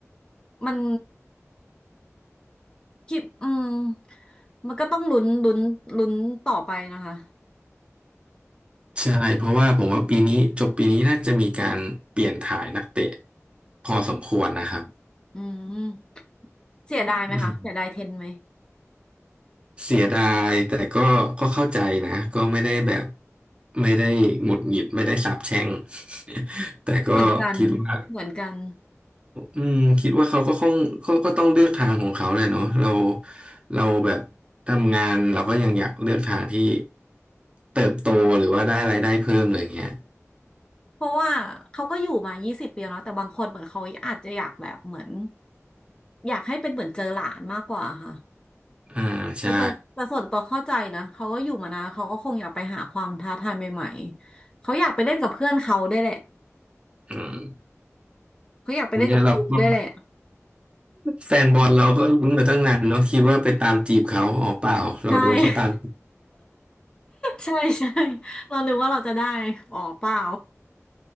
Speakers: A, on the left; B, on the right.
A: มันคิดอืมมันก็ต้องลุ้นลุ้นลุ้นต่อไปนะคะ
B: ใช่เพราะว่าผมว่าปีนี้จบปีนี้น่าจะมีการเปลี่ยนถ่ายนักเตะพอสมควรนะครับ
A: อืมเสียดายไหมคะเสียดายเทนไหม
B: อืมเสียดายแต่ก็ก็เข้าใจนะก็ไม่ได้แบบไม่ได้หงุดหงิดไม่ได้สาปแช่ง <laughs> แต่ก็คิดว่า
A: เหมือนกันเหมือนกัน
B: อืมคิดว่าเขาก็คงเขาก็ต้องเลือกทางของเขาแหละเนาะเราเราแบบทำงานเราก็ยังอยากเลือกทางที่เติบโตหรือว่าได้รายได้เพิ่มเลยอย่างเงี้ย
A: เพราะว่าเขาก็อยู่มายี่สิบปีแล้วเนอะแต่บางคนเหมือนเขาอาจจะอยากแบบเหมือนอยากให้เป็นเหมือนเจอหลานมากกว่าค่ะ
B: อ่าใช่
A: แต่แต่แต่ส่วนตัวเข้าใจนะเขาก็อยู่มานานเขาก็คงอยากไปหาความท้าทายใหม่ๆเขาอยากไปเล่นกับเพื่อนเขาได้วยแหละ
B: อืม
A: เขาอยากไปเล่นกับจูได้วยแหละ
B: เนี่ยเราก็แฟนบอลเราก็ลุ้นมาตั้งนานเนาะคิดว่าไปตามจีบเขาอ๋อเปล่าเราโดนเขาตามจีบ
A: ใช่ ใช่ใช่เรานึกว่าเราจะได้อ๋อเปล่า